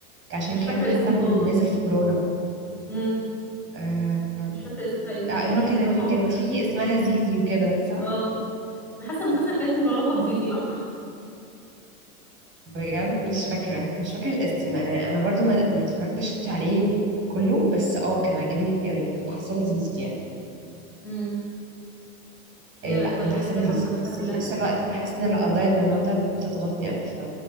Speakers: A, on the right (about 25°); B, in the centre.
A: عشان
B: مش
A: كان
B: فاكرة
A: حتى
B: اسمه
A: م-
B: خالص
A: نازل في كورونا
B: امم
A: آه،
B: مش فاكرة اسمه بتاع ايديت
A: آه، اللي
B: مش
A: هو كانت
B: فاكرة خالص
A: كانت فيه اسمها زيزي وكده صح؟
B: اه انا حاسة المسلسل
A: اه
B: كان اسمه له علاقة بزيزي بقى
A: بجد مش فاكرة مش فاكرة الاسم انا انا برضو ما, ما اتفرجتش عليه كله بس اه كان عاجبني قوي كنت حاسة لذيذ يعني
B: امم هي
A: إيه لا كنت
B: هي
A: حاسة
B: بصراحة
A: لذيذ
B: مسلسلاتها
A: بس
B: كلها
A: في نفس
B: تحفة
A: الوقت بحس ان القضايا اللي من النوع ده بتضغطني قوي ف